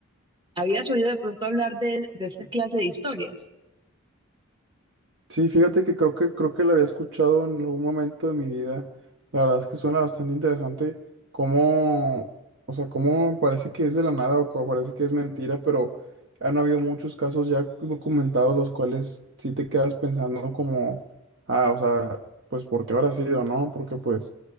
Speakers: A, on the right; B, on the right.
A: ¿habías oído de pronto hablar de, de esta clase de historias?
B: Sí, fíjate que creo que creo que lo había escuchado en algún momento de mi vida. La verdad es que suena bastante interesante cómo, o sea, cómo parece que es de la nada o cómo parece que es mentira, pero han habido muchos casos ya documentados los cuales sí te quedas pensando como, ah, o sea, pues ¿por qué habrá sido, no? Porque pues